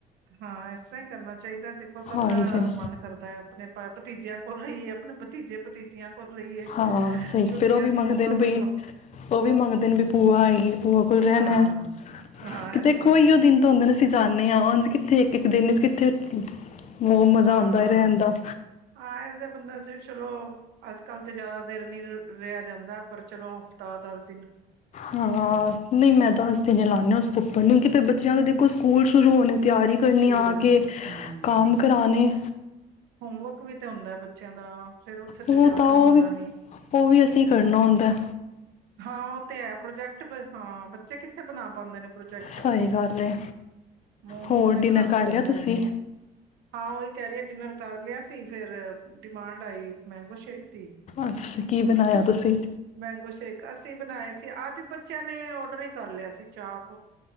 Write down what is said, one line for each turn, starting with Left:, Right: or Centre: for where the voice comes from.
Right: ਹਾਂ ਇਸ ਤਰ੍ਹਾਂ ਹੀ ਕਰਨਾ ਚਾਹੀਦਾ ਦੇਖੋ ਸਭ
Left: ਹਾਂਜੀ
Right: ਦਾ ਮਨ ਕਰਦਾ ਹੈ ਆਪਣੇ ਆਪ ਭਤੀਜਿਆਂ ਕੋਲ ਰਹੀਏ ਆਪਣੇ ਭਤੀਜੇ ਭਤੀਜਿਆਂ ਕੋਲ ਰਹੀਏ
Left: ਹਾਂ ਸਹੀ
Right: ਛੁੱਟੀਆਂ
Left: ਫੇਰ ਉਹ ਵੀ
Right: ਚ
Left: ਮੰਗਦੇ
Right: ਮੌਕਾ
Left: ਨੇ ਬਈ
Right: ਮਿਲ
Left: ਉਹ ਵੀ ਮੰਗਦੇ
Right: ਹਮ
Left: ਨੇ ਬ ਭੂਆ ਆਈਗੀ ਭੂਆ ਕੋਲ ਰਹਿਣਾ
Right: ਹਾਂ, ਹਾਂ
Left: ਕਿ
Right: ਇਹ
Left: ਦੇਖੋ
Right: ਤੇ ਹੈ
Left: ਇਹੀਓ ਦਿਨ ਤਾਂ ਹੁੰਦੇ ਨੇ ਅਸੀਂ ਜਾਂਦੇ ਹਾਂ ਹਾਂਜੀ ਕਿੱਥੇ ਇੱਕ ਇੱਕ ਦਿਨ ਚ ਕਿੱਥੇ ਉਹ ਮਜ਼ਾ
Right: ਹਾਂ
Left: ਆਉਂਦਾ ਰਹਿਣ ਦਾ
Right: ਹਾਂ ਇਸਦੇ ਬੰਦਾ ਚ ਚਲੋ ਅੱਜ ਕੱਲ ਤੇ ਜਿਆਦਾ ਦੇਰ ਨੀ ਰਿਹਾ ਜਾਂਦਾ ਪਰ ਚਲੋ ਹਫ਼ਤਾ ਦੱਸ
Left: ਹਾਂ ਨਹੀਂ ਮੈਂ ਦਸ ਦਿਨ ਲਾੇ ਹ ਉਸਦੇ ਉੱਪਰਉਂਕਿ ਫੇਿਰ ਬੱਚਿਆਂ ਸਕੂਲ ਸ਼ੁਰੂ ਹੋਣੇ ਤਿਆਰੀ ਕਰਨ
Right: ਸ਼ੁਰੂ
Left: ਆ
Right: ਹੋ ਜਾਣ
Left: ਕੇ
Right: ਹੂੰ
Left: ਕੰਮ ਕਰਾਣੇ
Right: ਹੋਮਵਰਕ ਵੀ ਤੇ ਹੁੰਦਾ ਬੱਚਿਆਂ ਦਾ ਫੇਰ ਉੱਥੇ
Left: ਉਹ
Right: ਤੇ ਜਾ
Left: ਤਾਂ
Right: ਕੇ
Left: ਉਹ
Right: ਹੁੰਦਾ
Left: ਵੀ
Right: ਨੀ
Left: ਉਹ ਵੀ ਅਸੀਂ
Right: ਹਮ
Left: ਕਰਨਾ ਹੁੰਦਾ
Right: ਹਾਂ ਉਹ ਤੇ ਹੈ ਪ੍ਰੋਜੈਕਟ ਹਾਂ ਬੱਚੇ ਕਿ ਬਣਾ ਪਾਉਂਦੇ ਨੇ। ਪ੍ਰੋਜੈਕਟ
Left: ਸਹੀ ਗੱਲ ਹੈ
Right: ਮੋਮਸ
Left: ਹੋਰ
Right: ਨੂੰ ਹੀ
Left: ਡਿਨਰ
Right: ਬਣਾਣਾ
Left: ਕਰ
Right: ਪੈਂਦਾ
Left: ਲਿਆ ਤੁਸੀਂ
Right: ਹਾਂ, ਉਹੀ ਕਹਿ ਰਹੀ ਡਿਨਰ ਕ ਸੀ ਫੇਰ ਡਿਮਾਂਡ ਆਈ‌ ਮੈਂਗੋ ਸ਼ੇਕ ਦੀ,
Left: ਅੱਛਾ ਕੀ ਬਣਾਇਆ ਤੁਸੀਂ
Right: ਮੈਂਗੋ ਸ਼ੇਕ ਅਸੀਂ ਬਣਾਏ ਸੀ। ਤੇ, ਅੱਜ ਬੱਚਿਆਂ ਨੇ ਔਡਰ ਹੀ ਕਰ ਲਿਆ ਸੀ ਚਾਪ।